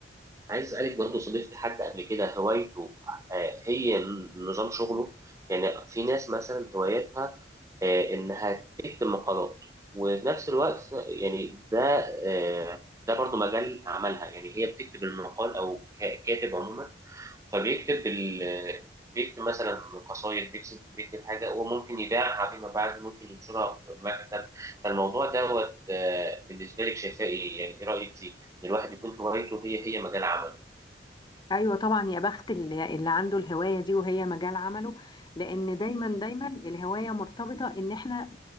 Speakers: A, on the right; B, on the left.
A: عايز أسألك برضو صديقتي حد قبل كده هوايته آه، هي ن- نظام شغله يعني في ناس مثلا هوايتها آه، إنها تكتب مقالات وفي نفس الوقت يعني ده آه، ده برضو مجال عملها يعني هي بتكتب المقال أو ك- كاتب عموما فبيكتب ال... بيكتب مثلا قصايد بيكتب بيكتب حاجة وممكن يبيعها فيما بعد ممكن ينشرها في مكتب فالموضوع دوت آه، بالنسبة لك شايفاه إيه يعني إيه رأيك فيه؟ إن الواحد يكون هوايته هي هي مجال عمله
B: ايوه طبعا يا بخت اللي, اللي عنده الهوايه دي وهي مجال عمله لان دايما دايما الهوايه مرتبطه ان احنا